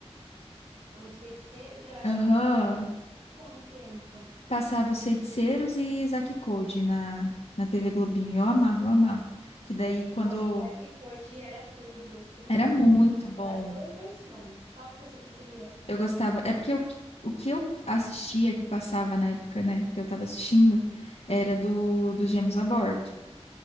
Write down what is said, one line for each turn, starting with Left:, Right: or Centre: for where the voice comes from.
Right: Os feiticeiros, eu acho
Left: Aham.
Right: que sim, porque eu não um tempo.
Left: Passava Os Feiticeiros e Zack e Cody na, na TV Globinho. Eu amava, eu amava. Que daí, quando
Right: Nossa, Zack e Cody era tudo, tudo,
Left: Era
Right: tudo,
Left: muito
Right: tudo, os- as
Left: bom.
Right: duas versões. Qual que você preferia?
Left: Eu gostava. É porque o, o que eu assistia, que passava na época, né, que eu tava assistindo, era do, dos Gêmeos a Bordo.